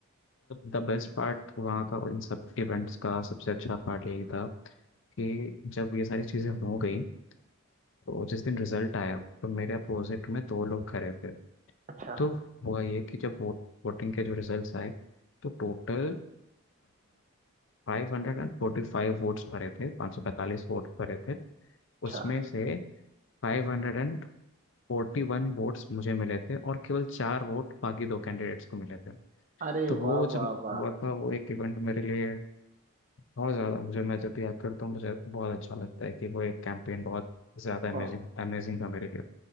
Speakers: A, on the left (about 55°); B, on the right (about 35°).
A: द बेस्ट पार्ट वहाँ का इन सब इवेंट्स का सबसे अच्छा पार्ट यही था कि जब ये सारी चीज़ें हो गई तो जिस दिन रिजल्ट आया तो मेरे अपोजिट में दो लोग खड़े थे
B: अच्छा
A: तो हुआ ये कि जब वोट वोटिंग के जो रिजल्ट्स आए तो टोटल फाइव हंड्रेड एंड फोर्टी फाइव वोट्स भरे थे पाँच सौ पैंतालीस वोट भरे थे
B: अच्छा
A: उसमें से फाइव हंड्रेड एंड फोर्टी वन वोट्स मुझे मिले थे और केवल चार वोट बाकी दो कैंडिडेट्स को मिले थे
B: अरे
A: तो वो
B: वाह
A: जब
B: वाह वाह
A: हुआ था वो एक इवेंट मेरे लिए बहुत ज़्यादा मुझे मैं जब भी याद करता हूँ मुझे बहुत अच्छा लगता है कि वो एक कैंपेन बहुत ज़्यादा अमेजिंग
B: ब-
A: अमेजिंग था मेरे लिए